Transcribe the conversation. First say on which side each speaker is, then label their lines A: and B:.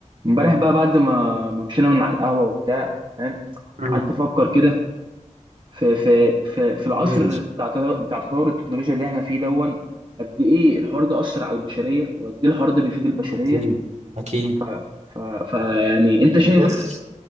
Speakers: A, on the right; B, on the right.
A: امبارح بقى بعد ما ما مشينا من على القهوة وبتاع فاهم
B: مم.
A: قعدت افكر كده في في في في العصر
B: ماشي
A: بتاع تط- بتاع تطور التكنولوجيا اللي احنا فيه دون قد ايه الحوار ده أثر على البشرية وقد ايه الحوار ده بيفيد البشرية
B: أكيد أكيد
A: ف ف ف يعني انت
B: بص
A: شايف